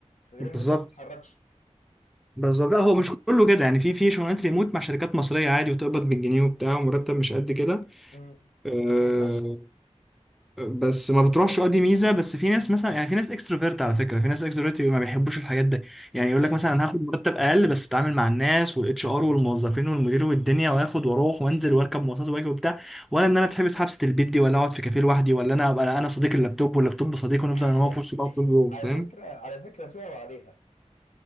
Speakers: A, on the left; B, in the centre.
A: غير
B: بالظبط
A: ان انت ما بتتحركش
B: بالظبط لا هو مش كله كده يعني في في شغلانات ريموت مع شركات مصريه عادي وتقبض بالجنيه وبتاع ومرتب مش قد كده
A: مم.
B: أه
A: بس ما بتروحش
B: بس ما بتروحش اه دي ميزه بس في ناس مثلا يعني في ناس اكستروفيرت على فكره في ناس اكستروفيرت ما بيحبوش الحاجات دي يعني يقول
A: ايوه
B: لك مثلا انا هاخد مرتب اقل بس اتعامل مع الناس والاتش ار والموظفين والمدير والدنيا واخد واروح وانزل واركب مواصلات واجي وبتاع ولا ان انا اتحبس حبسه البيت دي ولا اقعد في كافيه لوحدي ولا انا ابقى انا صديق اللابتوب واللابتوب صديق ونفضل
A: <laughs>
B: انا هو في وش بعض طول اليوم
A: على
B: فاهم؟
A: فكره على فكره فيها وعليها